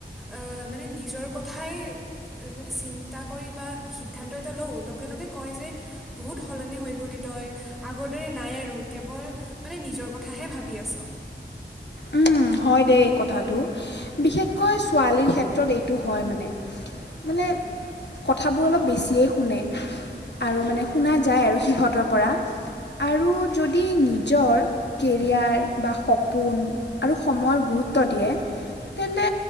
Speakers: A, in the centre; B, on the left (about 70°).
A: এ মানে নিজৰ কথাই মানে চিন্তা কৰি বা সিদ্ধান্ত এটা লওঁ, লগে-লগে কয় যে বহুত বহুত সলনি হৈ গ'লি তই, আগৰ দৰে নাই আৰু কেৱল মানে নিজৰ কথাহে ভাবি আছ।
B: উম, হয় দেই এই কথাটো, বিশেষকৈ ছোৱালীৰ ক্ষেত্ৰত এইটো হয় মানে। মানে কথাবোৰ অলপ বেছিয়েই শুনে, আৰু মানে শুনা যায় আৰু সিহঁতৰ পৰা। আৰু যদি নিজৰ কেৰিয়াৰ বা সপোন আৰু সময়ত গুৰুত্ব দিয়ে তেন্তে